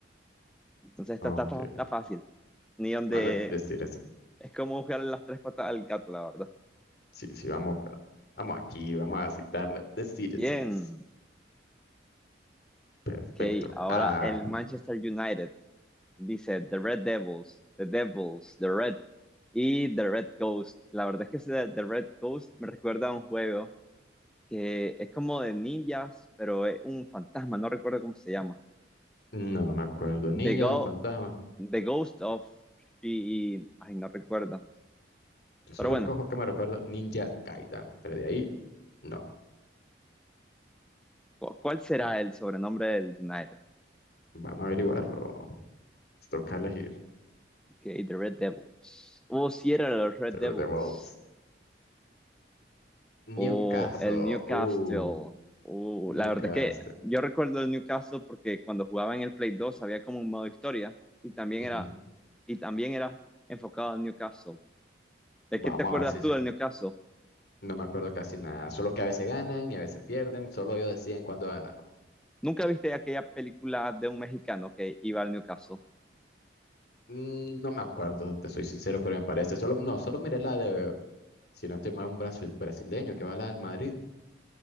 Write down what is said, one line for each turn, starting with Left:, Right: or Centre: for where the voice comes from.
Centre: Entonces, esta
Left: Ok,
Centre: está, está,
Left: ok.
Centre: está fácil. ni donde
Left: Vamos a The Citizens.
Centre: es como buscarle las tres patas al gato, la verdad.
Left: Sí, sí, vamos, acá. vamos aquí, vamos a aceptarle. The Citizens.
Centre: Bien,
Left: Perfecto.
Centre: ok, ahora
Left: Ah,
Centre: el Manchester United dice The Red Devils, The Devils, The Red y The Red Ghost. La verdad es que ese The Red Ghost me recuerda a un juego que es como de ninjas, pero es un fantasma, no recuerdo cómo se llama.
Left: no, no me acuerdo. Ninja,
Centre: The, Go
Left: un fantasma.
Centre: The Ghost of y Ay, no recuerdo.
Left: Yo soy
Centre: Pero
Left: el
Centre: bueno,
Left: único juego que me recuerdo, Ninja Gaiden. Pero de ahí, no.
Centre: cu- ¿cuál será el sobrenombre del United?
Left: Vamos a averiguarlo. Nos Toca elegir.
Centre: Ok, The Red Devils. O si era los Red
Left: Sobre
Centre: Devils.
Left: The Bolts. Newcastle.
Centre: o el Newcastle.
Left: Uh,
Centre: o
Left: Newcastle.
Centre: la verdad es que yo recuerdo el Newcastle porque cuando jugaba en el Play 2 había como un modo historia y también
Left: Ujú.
Centre: era, y también era enfocado al Newcastle. ¿De
Left: Vamos
Centre: qué te acuerdas
Left: a ver si
Centre: tú
Left: sé.
Centre: del Newcastle?
Left: No me acuerdo casi nada. Solo que a veces ganan y a veces pierden. Solo ellos deciden cuándo ganar.
Centre: ¿Nunca viste aquella película de un mexicano que iba al Newcastle?
Left: Mm, No me acuerdo, te soy sincero, pero me parece. Solo, no, solo miré la de, si no estoy mal, un brasil- brasileño que va a la del Madrid.